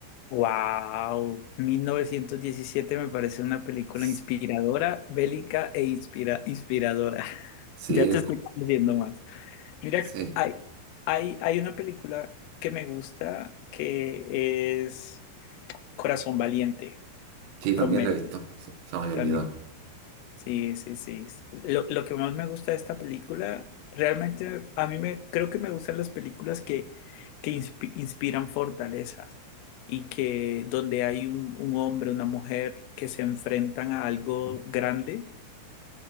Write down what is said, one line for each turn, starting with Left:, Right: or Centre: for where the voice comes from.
Left: Wow, 1917 me parece una película
Right: S-
Left: inspiradora, bélica e inspira- inspiradora. <laughs>
Right: Sí,
Left: Ya
Right: es
Left: te estoy
Right: co-
Left: conociendo más. Mira,
Right: sí.
Left: hay, hay, hay una película que me gusta que es Corazón Valiente,
Right: Sí,
Left: con
Right: también
Left: Megan
Right: la he visto. Se, se me había
Left: también.
Right: olvidado.
Left: Sí, sí, sí. Lo, lo que más me gusta de esta película, realmente a mí me creo que me gustan las películas que, que inspi- inspiran fortaleza y que donde hay un, un hombre, una mujer que se enfrentan a algo grande